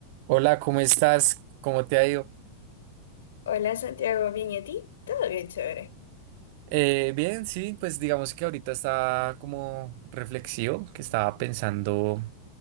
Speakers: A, on the right; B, on the left.
A: Hola, ¿cómo estás? ¿Cómo te ha ido?
B: Hola Santiago, ¿bien y a ti? Todo bien, chévere.
A: Eh, bien, sí, pues digamos que ahorita está como reflexivo, que estaba pensando